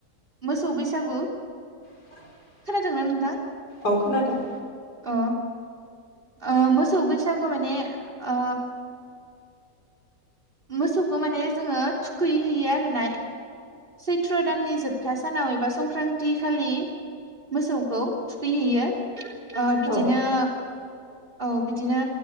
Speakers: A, on the right; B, on the left.
A: मोसौ बैसागु
B: <inaudible>
A: खोनादों ना नोंथां
B: औ खोनादों
A: अ ओ मोसौ बैसागुआ माने ओ मोसौखौ माने जोङो थुखैहैयो आरोना सैत्र' दाननि जोबथा सानाव एबा संक्रान्ति खालि मोसौखौ थुखैहैयो ओ
B: औ
A: बिदिनो औ बिदिनो